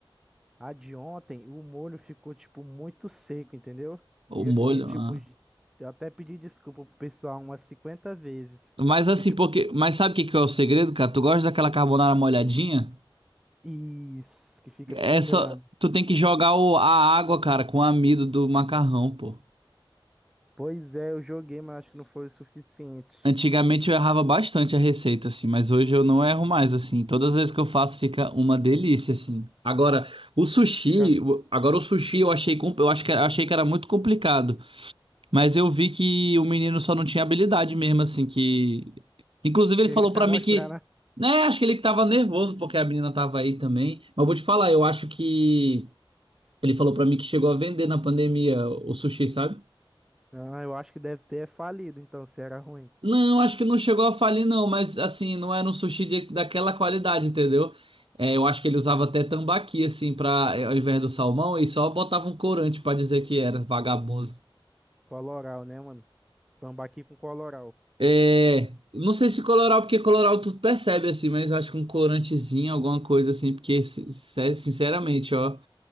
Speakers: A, in the centre; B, on the right.
A: A de ontem, o molho ficou, tipo, muito seco, entendeu?
B: O
A: E eu
B: molho?
A: fiquei, tipo,
B: ah.
A: j- eu até pedi desculpa pro pessoal umas 50 vezes.
B: Mas
A: Porque,
B: assim,
A: tipo,
B: porque. Mas sabe o que que é o segredo, cara? Tu gosta daquela carbonara molhadinha?
A: isso, que fica
B: É
A: pingando.
B: só. Tu tem que jogar o... a água, cara, com o amido do macarrão, pô.
A: Pois é, eu joguei, mas acho que não foi o suficiente.
B: Antigamente eu errava bastante a receita, assim, mas hoje eu não erro mais, assim. Todas as vezes que eu faço fica uma delícia, assim. Agora, o sushi,
A: Fica,
B: o- agora o sushi eu achei, com- eu acho que era- achei que era muito complicado, mas eu vi que o menino só não tinha habilidade mesmo, assim, que inclusive ele
A: queria
B: falou
A: se
B: pra
A: amostrar,
B: mim que,
A: né?
B: né, acho que ele que tava nervoso porque a menina tava aí também. Mas eu vou te falar, eu acho que ele falou pra mim que chegou a vender na pandemia o sushi, sabe?
A: Ah, eu acho que deve ter falido, então, se era ruim.
B: Não, acho que não chegou a falir, não, mas assim, não era um sushi de- daquela qualidade, entendeu? É, eu acho que ele usava até tambaqui, assim, pra, eh, ao invés do salmão, e só botava um corante pra dizer que era vagabundo.
A: Coloral, né, mano? Tambaqui com coloral.
B: É, não sei se coloral, porque coloral tu percebe, assim, mas acho que um corantezinho, alguma coisa assim, porque, si- se- sinceramente, ó,